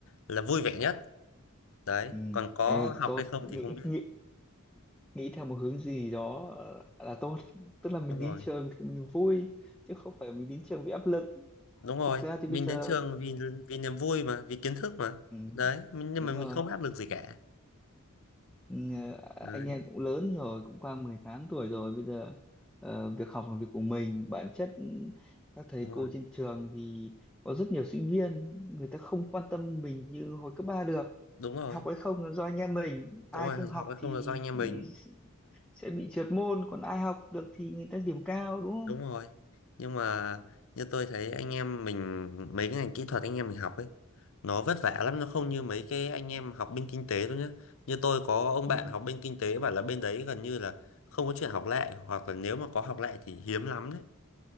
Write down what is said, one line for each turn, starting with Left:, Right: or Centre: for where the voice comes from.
Left: là vui vẻ nhất đấy
Centre: ừ,
Left: còn có
Centre: thế là
Left: học
Centre: tốt
Left: hay không
Centre: nghĩ
Left: thì không biết
Centre: nghĩ nghĩ theo một hướng gì đó ờ, là tốt tức là mình
Left: đúng rồi
Centre: đến trường thì mình vui chứ không phải mình đến trường bị áp lực
Left: đúng rồi
Centre: thực ra thì
Left: mình
Centre: bây giờ
Left: đến trường vì vì niềm vui mà vì kiến thức mà
Centre: Ừ,
Left: đấy nhưng
Centre: đúng
Left: mà mình
Centre: rồi
Left: không áp lực gì cả
Centre: ừ,
Left: đấy
Centre: anh em cũng lớn rồi cũng qua 18 tuổi rồi bây giờ ờ, việc học là việc của mình bản chất ừ, các thầy
Left: đúng
Centre: cô
Left: rồi
Centre: trên trường thì có rất nhiều sinh viên người ta không quan tâm mình như hồi cấp 3 được
Left: đúng rồi
Centre: học hay không là do anh em mình
Left: đúng
Centre: ai
Left: rồi
Centre: không học
Left: học hay
Centre: thì,
Left: không là do anh em
Centre: thì
Left: mình
Centre: sẽ bị trượt môn còn ai học được thì người ta điểm cao đúng không
Left: đúng rồi nhưng mà như tôi thấy anh em mình mấy cái ngành kỹ thuật anh em mình học ấy nó vất vả lắm nó không như mấy cái anh em học bên kinh tế đâu nhá như tôi có ông
Centre: ừ,
Left: bạn học bên kinh tế bảo là bên đấy gần như là không có chuyện học lại hoặc là nếu mà có học lại thì hiếm lắm đấy